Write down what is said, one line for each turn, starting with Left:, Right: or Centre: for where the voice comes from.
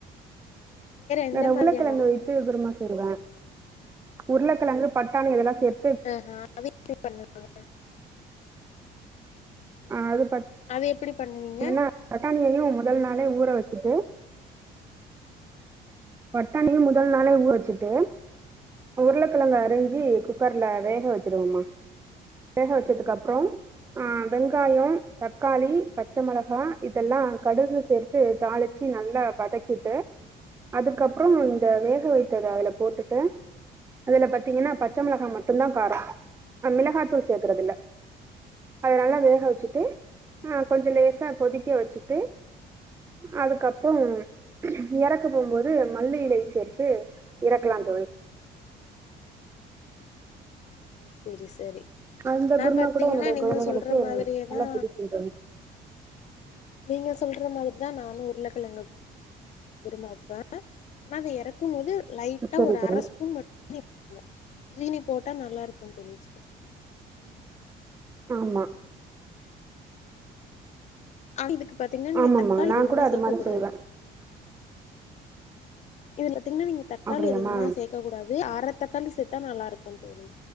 Left: எந்த
Right: வேற உருளைக்கிழங்கு
Left: மாதிரியான
Right: வைத்து குருமா செய்வே உருளைக்கிழங்கு பட்டாணி இதெல்லா சேத்
Left: ஆ ஹா அத எப்டி பண்ணிவீங்க ம்
Right: ஆ அது
Left: அது எப்படி பண்ணுவீங்க
Right: பாத்தீங்கன்னா பட்டாணியையும் முதல் நாளே ஊற வெச்சிட்டு பட்டாணியு முதல் நாளே ஊற வெச்சுட்டு உருளக்கெழங்க அறிஞ்சி குக்கர்ல வேக வெச்சிடுவோமா வேக வெச்சதுக்கு அப்றோ ஆ வெங்காயோ தக்காளி பச்ச மிளகா இதெல்லா கடுகு சேர்த் த்து தாளிச்சி நல்லா வதக்கிட்டு அதுக்கப்பறம் இந்த வேக வைத்த அத அதுல போட்டுட்டு அதுல பாத்தீங்கன்னா பச்ச மிளகா மட் மட்டும்தா காரோ அ மிளகாத்தூள் சேக்கறதில்ல அத நல்லா வேக வெச்சுட்டு அ கொஞ்சோ லேஸா கொதிக்க வெச்சுட்டு அதுக்கப் அப்றம் எறக்க போம்போது மல்லிய சேத்து எறக்கலாம் தோழி
Left: சேரி சேரி
Right: அந்த
Left: நா
Right: குருமா
Left: பாத்தீங்கன்னா
Right: கூட என்னுடைய
Left: நீங்க
Right: குழந்தைகளுக்கு
Left: சொல்ற மாதிரியேதா
Right: நல்லா பிடிக்கும் தோழி
Left: நீங்க சொல்ற மாதிரிதான் நானு உருளக்கெழங்க குருமா வெப்பே ஆனா அத எறக்கும் போது லைட்டா
Right: சரி
Left: ஒரு
Right: தோழி
Left: அரஸ்பூன் மட்ட ஜீனி போடுவோ ஜீனி போட்டா நல்லா இருக்கும் தோழி
Right: ஆமா
Left: அ இதுக்கு பாத்தீங்கன்னா நீங்க
Right: ஆமாம்மா
Left: தக்காளி
Right: நா
Left: அதிகமா
Right: கூட அது
Left: சேக்க
Right: மாரி
Left: கூடாது
Right: செய்வே
Left: இதுல பாத்தீங்கன்னா நீங்க தக்காளி
Right: அப்படியாம்மா
Left: அதிகமா சே கூடாது அர தக்காளி சேத்தா நல்லா இருக்கு தோழி